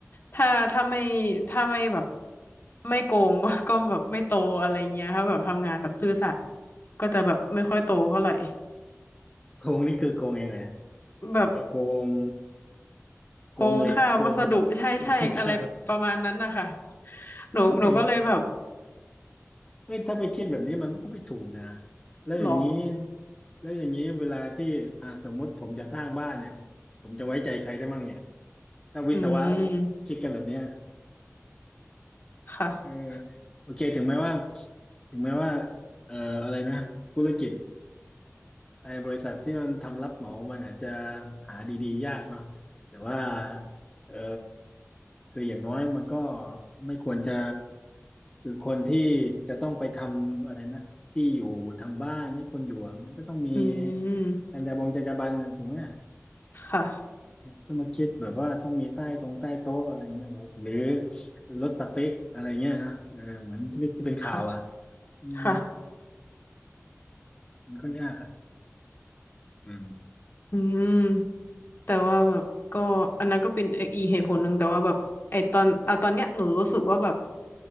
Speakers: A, on the left; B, on the left.
A: ถ้าถ้าไม่ถ้าไม่แบบไม่โกงก็ก็แบบไม่โตอะไรเงี้ยถ้าแบบทำงานแบบซื่อสัตย์ก็จะแบบไม่ค่อยโตเท่าไหร่
B: โกงนี่คือโกงยังไงฮะหมายถึงว่าโกง
A: แบบ
B: โกงเหล็กโกง
A: โกงค่าวัสดุใช่ใช่อะไรประมาณนั้นนะคะ
B: <laughs> ครับ
A: หนูหนูก็เลยแบบ
B: เอ้ยเอ้ยถ้าไปคิดแบบนี้มันก็ไม่ถูกนะ แล้วอย่างนี้
A: หรอ
B: แล้วอย่างนี้เวลาที่อ่าสมมติผมจะสร้างบ้านเนี่ย ผมจะไว้ใจใครได้มั่งเนี่ย ถ้าวิศวะ
A: อืม
B: คิดกันแบบเนี้ย
A: ค่ะ
B: เออโอเคถึงแม้ว่า ถึงแม้ว่าเอ่ออะไรนะธุรกิจ ไอ้บริษัทที่มันทำรับเหมามันอาจจะหาดีๆยากเนาะแต่ว่าเออคืออย่างน้อยมันก็ไม่ควรจะคือคนที่จะต้องไปทำอะไรนะที่อยู่ทำบ้านให้คนอยู่อะมันก็ต้องมี
A: อืม
B: จรรยาบงจรรยาบรรณอะถูกไหม
A: ค่ะ
B: จะมาคิดแบบว่าต้องมีใต้ตรงใต้โต๊ะอะไรเงี้ยโหหรือลดสเปคอะไรเงี้ยนะเออเหมือนที่เป็นที่เป็นข่าวอ่ะ
A: ค่ะ
B: อืม
A: ค่ะ
B: มันก็ยากอ่ะอืม
A: อืม แต่ว่าแบบก็อันนั้นก็เป็นอีกเหตุผลหนึ่งแต่ว่าแบบไอตอนเอาตอนเนี้ยหนูรู้สึกว่าแบบ